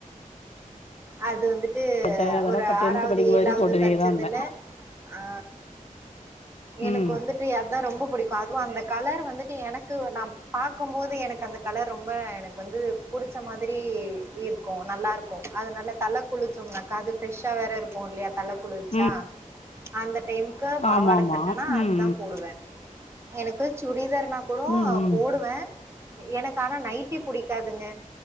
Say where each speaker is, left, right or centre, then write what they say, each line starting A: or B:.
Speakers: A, on the right; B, on the left.
A: அது வந்துட்டு வந்துட்டு
B: பட்ட அதெல்லா
A: ஒரு
B: இப்ப டென்த்
A: ஆறாவது
B: படிக்கும்
A: ஏலாவது
B: வரையு போட்டுனே
A: தெச்சதுல
B: தா இருந்தே
A: ஆ எனக்கு
B: ம்
A: வந்துட்டு அதா ரொம்ப பு புடிக்கு அதுவு அந்த கலர் வந்து எனக்கு நா பாக்கும் போது எனக்கு அந்த கலர் ரொம்ப எனக்கு வந்து புடிச்ச மாதிரி இருக்கு நல்லா இருக்கு அதுனாலே தல குளிச்சோம்னாக்கா அது ஃப்ரெஷ்ஷா வேற இருக்கு இல்லையா தல குளிச்சா
B: ம்
A: அந்த டைமுக்கு பாவாட
B: ஆமா ஆமா
A: சட்டனா
B: ம்
A: அது தா போடுவே எனக்கு சுடிதார்னா கூடோ
B: ம் ம்
A: போடுவே எனக்கு ஆனா நைட்டி புடிக்காதுங்க